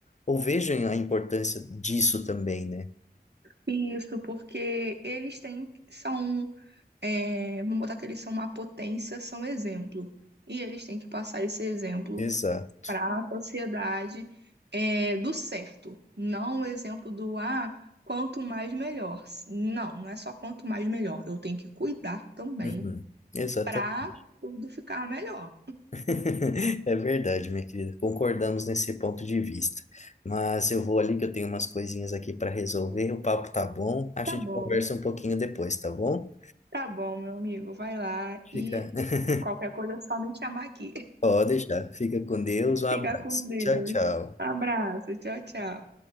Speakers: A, on the left (about 45°); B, on the right (about 85°).
A: ou vejam a importância disso também, né?
B: Isso, porque eles têm, são, é, vamos botar que eles são uma potência, são exemplo. E eles têm que passar esse exemplo
A: Exato.
B: para a sociedade é, do certo, não o exemplo do ah, quanto mais melhor. Não, não é só quanto mais melhor, eu tenho que cuidar também
A: Uhum. Exatamente.
B: para tudo ficar melhor.
A: <laughs> É verdade, minha querida. Concordamos nesse ponto de vista. Mas eu vou ali que eu tenho umas coisinhas aqui para resolver. O papo tá bom. A gente
B: Tá bom,
A: conversa um pouquinho depois, tá bom?
B: tá bom, meu amigo, vai lá
A: Fica,
B: e
A: <laughs>
B: qualquer coisa é só me chamar aqui.
A: pode deixar. Fica com Deus.
B: <laughs>
A: Um abraço.
B: Fica com Deus.
A: Tchau, tchau.
B: Abraço, tchau, tchau.